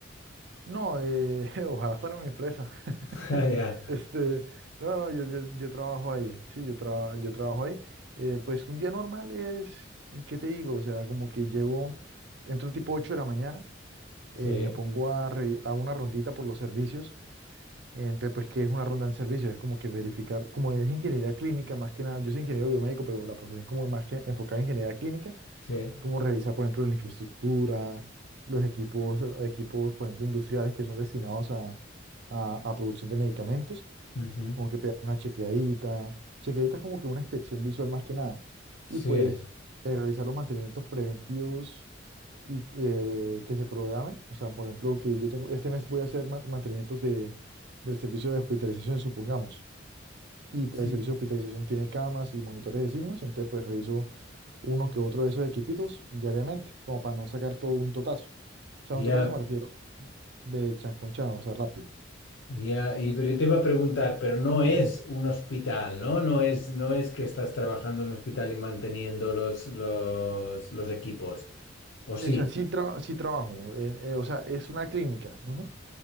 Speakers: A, on the right; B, on the left.
A: No, eh, <laughs> ojalá fuera mi empresa. <laughs>
B: <laughs> Ah, Ya.
A: Este, no, no, yo, yo, yo trabajo ahí, sí, yo, traba- yo trabajo ahí. Eh, pues un día normal es, ¿qué te digo? O sea, como que llego, entro tipo 8 de la mañana, eh,
B: Sí,
A: me pongo a, re- a una rondita por los servicios Eh, Entonces, pues, ¿qué es una ronda en servicio? Es como que verificar, como es ingeniería clínica, más que nada, yo soy ingeniero biomédico, pero la profesión es como más que enfocada en ingeniería clínica,
B: sí.
A: como revisar, por ejemplo, la infraestructura, los equipos, equipos, por ejemplo, industriales que son destinados a, a, a producción de medicamentos
B: ujú,
A: como que pegar una chequeadita. Chequeadita es como que una inspección visual más que nada.
B: Sí.
A: Y pues eh, realizar los mantenimientos preventivos y eh, que se programen. O sea, por ejemplo, que yo tengo, este mes voy a hacer ma- mantenimientos de, del servicio de hospitalización, supongamos. Y pues
B: Sí.
A: el servicio de hospitalización tiene camas y monitores de signos, entonces pues reviso uno que otro de esos equipitos diariamente, como para no sacar todo un totazo. O sea,
B: Ya,
A: un totazo me refiero de chancón con chan, o sea, rápido.
B: Ya, y pero yo te iba a preguntar, pero no es
A: <clears throat>
B: un hospital, ¿no? No es, no es que estás trabajando en un hospital y manteniendo los, los, los equipos. O sí,
A: O sea, sí, tra- sí trabajo. en- eh, o sea, es una clínica. ujú,